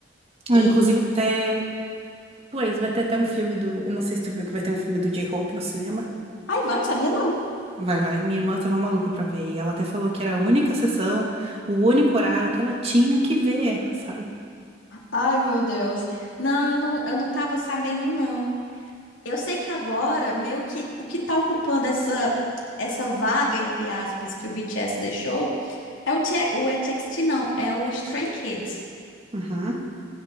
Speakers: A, on the right; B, on the left.
A: Ah,
B: E.
A: Inclusive até, pois, vai ter até um filme do, eu não sei se tu viu que vai ter um filme do J-Hope no cinema.
B: Ai, vai, não sabia não.
A: Vai, vai. Minha irmã tava maluca pra ver e ela até falou que era a única sessão, o único horário que ela tinha que ver, sabe?
B: Ai, meu Deus. Não, eu não, eu não tava sabendo, não. Eu sei que agora, meio que o que tá ocupando essa essa vaga, entre aspas, que o BTS deixou, é o, T o TXT, não, é o Stray Kids.
A: Uhum.